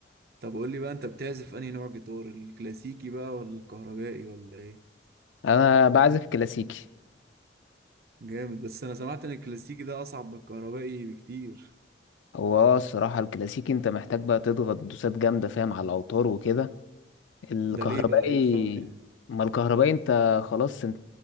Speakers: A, on the right (about 50°); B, on the left (about 80°).
A: طب قول لي بقى انت بتعزف انهي نوع جيتار الكلاسيكي بقى ولا الكهربائي ولا ايه
B: أنا بعزف كلاسيكي
A: جامد بس انا سمعت ان الكلاسيكي ده اصعب من الكهربائي بكتير
B: هو اه الصراحة الكلاسيكي انت محتاج بقى تضغط دوسات جامدة فاهم على الأوتار وكده الكهربائي
A: ده ليه بقى ايه الفرق يعني
B: ما الكهربائي انت خلاص انت